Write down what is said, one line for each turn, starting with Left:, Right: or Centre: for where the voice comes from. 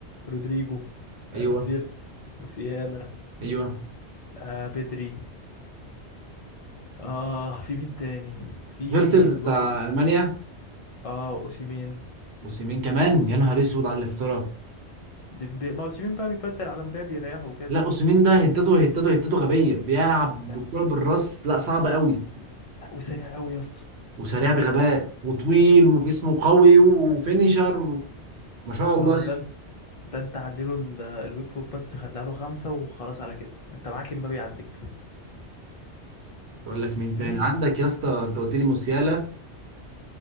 Left: رودريجو
Right: ايوه
Left: آه، فيرتس موسيالا
Right: ايوه
Left: آه بدري اه في مين تاني في
Right: فيرتز
Left: الواد
Right: بتاع
Left: أوس...
Right: المانيا
Left: اه اوسيمين
Right: اوسيمين كمان يا نهار اسود على الافتراء
Left: ديمبي ما اوسيمين بقى بيبدل على مبابي يريحه وكده
Right: لا اوسيمين ده هدته هدته هدته غبيه بيلعب
Left: لا
Right: بالكره بالراس لا صعب قوي
Left: لا وسريع قوي يا اسطى
Right: وسريع بغباء وطويل وجسمه قوي وفينيشر و... ما شاء الله
Left: اه
Right: يعني
Left: ده ده انت عدله ال- الويك فوت بس خليها له خمسة وخلاص على كده انت معاك امبابي يعديك
Right: اقول لك مين
Left: في
Right: تاني
Left: مين
Right: عندك يا اسطى انت قلت لي موسيالا